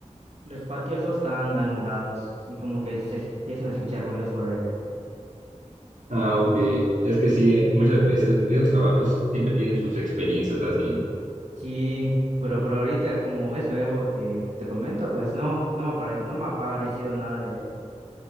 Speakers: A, on the right; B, on the right.
A: los patios no están alumbrados y como que se empiezan a escuchar ruidos por allá.
B: Ah, ok. Es que sí, eh, muchas veces esos trabajos siempre tienen sus experiencias así.
A: Sí, pero por ahorita como es nuevo, te, te comento, pues no, no me apare- no me ha parecido nada de eso.